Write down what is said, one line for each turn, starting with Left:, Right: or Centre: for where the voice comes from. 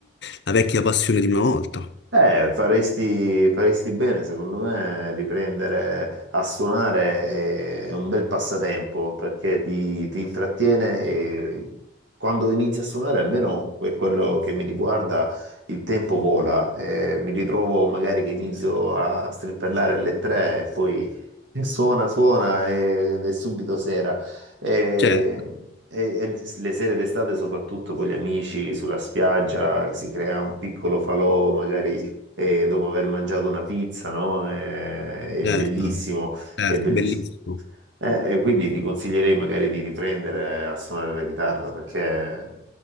Left: la vecchia passione di una volta.
Right: Eh, faresti, faresti bene, secondo me, riprendere a suonare è un bel passatempo perché ti, ti intrattiene e quando inizi a suonare, almeno per quello che mi riguarda, il tempo vola. Eh, mi ritrovo magari che inizio a strimpellare alle tre e poi suona, suona ed è subito sera. E,
Left: Certo,
Right: e- e le sere d'estate, soprattutto con gli amici sulla spiaggia, si crea un piccolo falò, magari e dopo aver mangiato una pizza, no? È, è
Left: certo,
Right: bellissimo,
Left: certo,
Right: è bellissimo.
Left: bellissimo.
Right: Eh, e quindi ti consiglierei magari di riprendere a suonare la chitarra perché